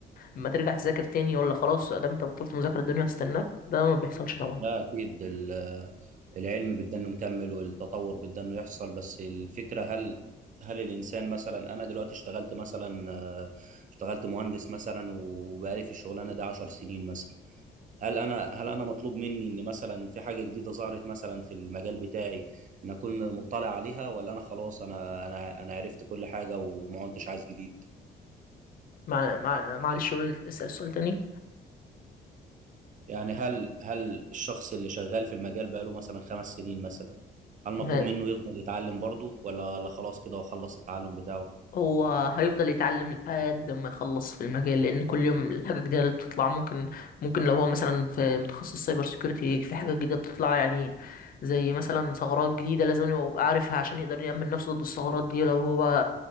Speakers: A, on the left; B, on the right.
A: لما ترجع تذاكر تاني ولا خلاص ده أنت بطلت مذاكرة الدنيا هتستناك ده ما بيحصلش طبعا
B: لا أكيد ال- العلم بدنا إنه مكمل والتطور بدنا إنه يحصل بس الفكرة هل هل الإنسان مثلا أنا دلوقتي اشتغلت مثلا آه، اشتغلت مهندس مثلا وبقالي في الشغلانة دي 10 سنين مثلا هل أنا هل أنا مطلوب مني إن مثلا في حاجة جديدة ظهرت مثلا في المجال بتاعي إن أكون مطلع عليها ولا أنا خلاص أنا أنا أنا عرفت كل حاجة وما كنتش عايز جديد
A: مع... مع... معلش قول اسأل سؤال تاني
B: يعني هل هل الشخص اللي شغال في المجال بقاله مثلا خمس سنين مثلا هل مطلوب
A: تمام.
B: منه يفضل يتعلم برضه ولا ولا خلاص كده هو خلص التعلم بتاعه
A: هو هيفضل يتعلم لحد ما يخلص في المجال لان كل يوم الحاجه الجديده اللي بتطلع ممكن ممكن لو هو مثلا في متخصص سايبر سيكيورتي في حاجه جديده بتطلع يعني زي مثلا ثغرات جديده لازم يبقى عارفها عشان يقدر يأمن نفسه ضد الثغرات دي لو هو